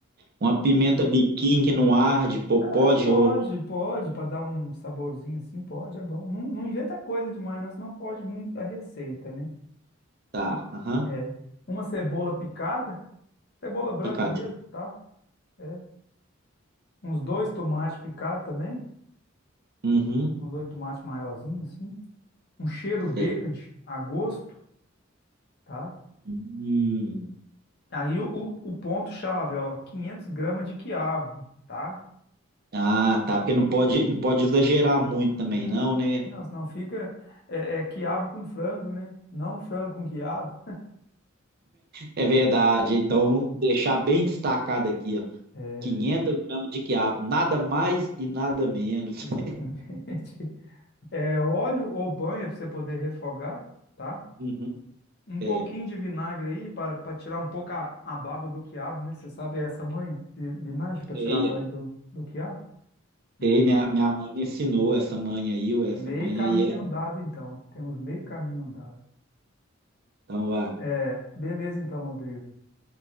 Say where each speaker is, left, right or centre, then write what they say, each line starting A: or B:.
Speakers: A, on the right (about 50°); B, on the left (about 55°).
A: uma pimenta biquinho que não arde, popó
B: É,
A: de
B: pode,
A: ouro.
B: pode, para dar um saborzinho assim, pode, é bom. Não, não inventa coisa demais, não, senão foge muito da receita, né?
A: Tá, aham,
B: É, uma cebola picada, cebola branca
A: picadinho.
B: mesmo, tá? É, uns dois tomates picados também,
A: Uhum,
B: uns dois tomates maiorzinhos assim. Um cheiro verde
A: certo.
B: a gosto, tá?
A: Hum.
B: Aí o, o, o ponto-chave, ó, 500 gramas de quiabo, tá?
A: Ah, tá, porque não pode, não pode exagerar muito também,
B: Não,
A: não, né?
B: também não, senão fica é, é quiabo com frango, né? Não frango com quiabo.
A: É verdade. Então, deixar bem destacado aqui, ó.
B: É,
A: 500 gramas de quiabo, nada mais e nada menos.
B: exatamente.
A: <laughs>
B: <laughs> É, óleo ou banha para você poder refogar, tá?
A: Uhum.
B: Um pouquinho
A: É,
B: de vinagre aí para tirar um pouco a, a baba do quiabo, né? Você sabe essa manha de vinagre para
A: sei,
B: tirar a banha do, do quiabo? Hum.
A: sei. Minha, minha mãe me ensinou essa manha aí, ou essa
B: Meio
A: manha
B: caminho
A: aí é.
B: andado, então. Temos meio caminho andado.
A: Então, vai.
B: É, beleza, então, Rodrigo.